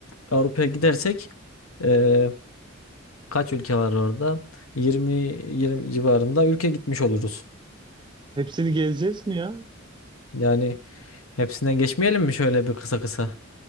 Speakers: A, on the left (about 80°); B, on the right (about 20°).
A: Avrupa'ya gidersek e, Kaç ülke var orada? 20 20 civarında ülke gitmiş oluruz.
B: Hepsini gezeceğiz mi ya?
A: Yani hepsinden geçmeyelim mi şöyle bir kısa kısa?